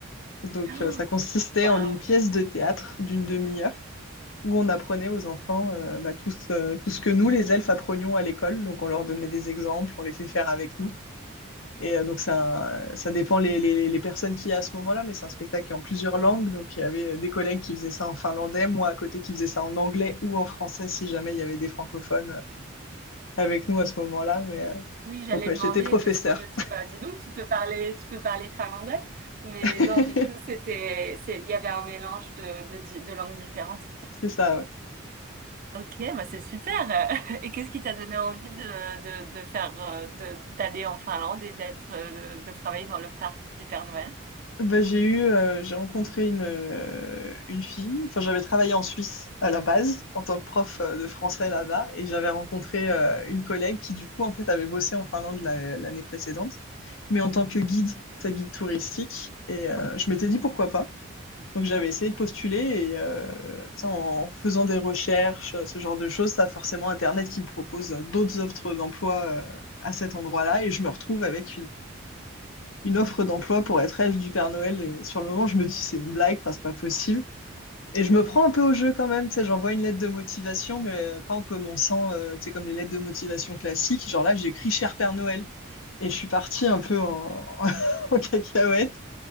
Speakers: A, on the left (about 75°); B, on the right (about 40°).
A: Donc,
B: <gasps>
A: euh, ça consistait
B: Waouh!
A: en une pièce de théâtre d'une demi-heure où on apprenait aux enfants euh, bah, tout, ce- tout ce que nous, les elfes, apprenions à l'école. Donc, on leur donnait des exemples, on les fait faire avec nous. Et euh, donc, c'est un- ça dépend les, les- les personnes qu'il y a à ce moment-là, mais c'est un spectacle qui est en plusieurs langues. Donc, il y avait euh, des collègues qui faisaient ça en finlandais, moi à côté qui faisais ça en anglais ou en français si jamais il y avait des francophones euh, avec nous à ce moment-là. Mais, euh,
B: Oui, j'allais
A: Donc, ouais,
B: demander
A: j'étais professeur.
B: parce que je me suis dit, bah, dis donc, tu peux parler, tu peux parler finlandais. Mais
A: <laughs>
B: non, du coup, c'était, c'est, il y avait un mélange de, de, di- de langues différentes.
A: C'est ça, ouais.
B: Ok, bah, c'est super. <laughs> Et qu'est-ce qui t'a donné envie de, de, de faire, euh, de, d'aller en Finlande et d'être, euh, de, de travailler dans le parc du Père Noël?
A: Bah, j'ai eu, euh, j'ai rencontré une, euh, une fille. Enfin, j'avais travaillé en Suisse à la base en tant que prof euh, de français là-bas, et j'avais rencontré euh, une collègue qui du coup en fait avait bossé en Finlande la- l'année précédente, mais en tant que guide, sa guide touristique. Et euh, je m'étais dit pourquoi pas. Donc j'avais essayé de postuler et euh, tu sais, en faisant des recherches, euh, ce genre de choses, ça forcément Internet qui me propose euh, d'autres offres d'emploi euh, à cet endroit-là, et je me retrouve avec une offre d'emploi pour être elfe du Père Noël. Et sur le moment, je me dis, c'est une blague, enfin, c'est pas possible. Et je me prends un peu au jeu quand même, tu sais, j'envoie une lettre de motivation, mais euh, pas en commençant, euh, tu sais, comme les lettres de motivation classiques. Genre là, j'écris Cher Père Noël. Et je suis partie un peu en, <laughs> en cacahuète